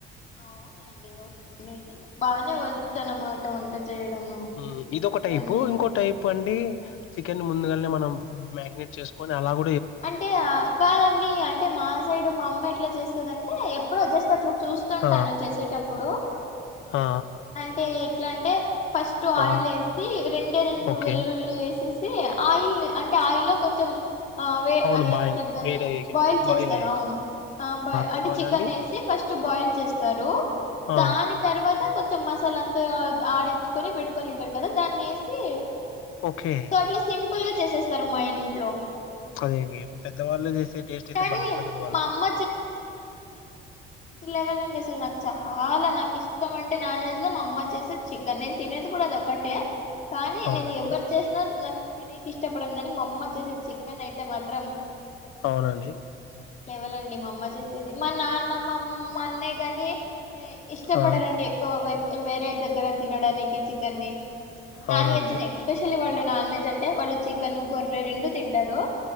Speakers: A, on the left; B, on the left.
A: అవునండి ఓకే అండి అయితే బానే ఓచ్చ్ అనమాట వంట చేయడము
B: హ్మ్. ఇదొక
A: అయితే
B: టైపు
A: అన్ని
B: ఇంకో టైప్ అండి చికెన్ ముందుగానే మనం మ్యారినేట్ చేసుకొని అలాగ
A: అంటే అ కాదండి అంటే మా సైడు మా అమ్మ ఎట్ల చేస్తుందంటే ఎప్పుడో జస్ట్ అట్లా చూ స్తుంటాను
B: ఆ!
A: చేసేటప్పుడు
B: ఆ
A: అంటే ఎట్లన్ ఫస్ట్ ఆయిల్
B: ఆ
A: ఏసి రెండే రెండు
B: ఓకే
A: వెల్లుళ్లి ఏసేసి ఆయిల్ న్ అంటే ఆయిల్లో కొంచెం అవే
B: అవును
A: అయి
B: బాయిల్
A: ఏమంటారు దాన్ని
B: వేడయ్యాక
A: బాయిల్ చేస్తారు
B: అయ్యాక
A: అవును ఆ బా
B: తర్వాత
A: అంటే చికెన్
B: అండి
A: ఏసి ఫస్ట్ బాయిల్ చేస్తారు
B: ఆ
A: దాని తర్వా త కొంచెం మసాలా అంతా ఆడించుకొని పెట్టుకొనింటారు కదా దాన్నేసి
B: ఓకే
A: సో అట్లా సింపుల్ గా చేసేస్తారు మా ఇంట్లో
B: అదే పెద్దవాళ్ళు చేసే టేస్ట్ అయితే
A: కానీ
B: బల్ ఉంటుందండి వాళ్ళు
A: మా అమ్మ లేవలండి అసల్ నాకు చాలా నాకు ఇష్టం అంటే నాన్ వెజ్ లో మా అమ్మ చేసే చికెన్ నేను తినేది కూడా అది ఒక్కటే కానీ
B: అవునండి
A: నేను ఎవరు చేసినా నాకు తినేకి ఇష్టపడను గని మా అమ్మ చేసే చికెన్ అయితే మాత్రం
B: అవునాండి
A: నెక్స్ట్ లెవల్ అండి మా అమ్మ చేసేది మా నాన్న మామ్ మా అన్నయ గని ఇష్టపడరు
B: ఆ
A: అండి ఎక్కువ వేరే దగ్గర తినడానికి చికెన్ని నాన్
B: అవునండి
A: వెెజ్ ని ఎస్పెషల్లీ వాళ్ళు నాన్ వెజ్ అన్ అంటే వాళ్ళు చికెన్ గొర్రె రెండు తింటారు